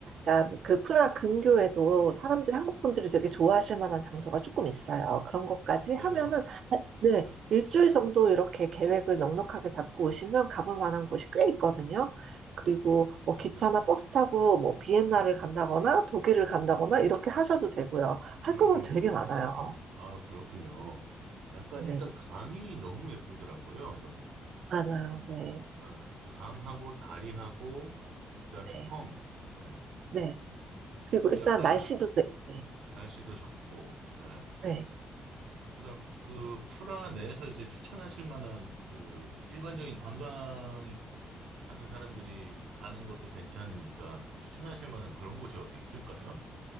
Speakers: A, on the right; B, on the right.
A: 약간
B: 음.
A: 그 프라 근교에도 사람들이 한국 분들이 되게 좋아하실 만한 장소가 조금 있어요. 그런 것까지
B: 아, 진짜요?
A: 하면은 네,
B: 네,
A: 일주일 정도 이렇게 계획을 넉넉하게 잡고 오시면 가볼 만한 곳이 꽤 있거든요.
B: 음,
A: 그리고 뭐 기차나
B: 네,
A: 버스 타고 뭐 비엔나를
B: 음,
A: 간다거나 독일을 간다거나
B: 음,
A: 이렇게 하셔도 되고요.
B: 음.
A: 할 거는 되게 많아요.
B: 아, 그렇군요. 약간
A: 네,
B: 일단 강이 너무 예쁘더라고요, 저는.
A: 맞아요. 네.
B: 예, 강하고 다리하고 그다음에
A: 네,
B: 성. 예.
A: 네. 그리고
B: 그리고
A: 일단
B: 약간
A: 날씨도 네, 네.
B: 날씨도 좋고. 예.
A: 네.
B: 그다음 그 프라 내에서 이제 추천하실 만한 그 일반적인 관광하는 사람들이 가는 것도 괜찮으니까 추천하실 만한 그런 곳이 어디 있을까요?